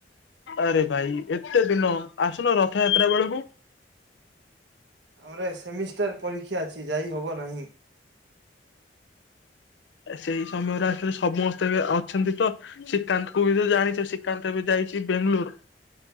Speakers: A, on the left; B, on the right.
A: ଆରେ ଭାଇ ଏତେ ଦିନ ଆସୁନ ରଥଯାତ୍ରା ବେଳକୁ।
B: ଆମର ସେମିଷ୍ଟାର ପରୀକ୍ଷା ଅଛି ଯାଇ ହବ ନାହିଁ।
A: ସେଇ ସମୟରେ ଆସ ସମସ୍ତେ ବି ଅଛନ୍ତି ତ ଶ୍ରୀକାନ୍ତ କୁ ବି ତ ଜାଣିଛ ଶ୍ରୀକାନ୍ତ ଯାଇ ଯ ବେଙ୍ଗଲୁର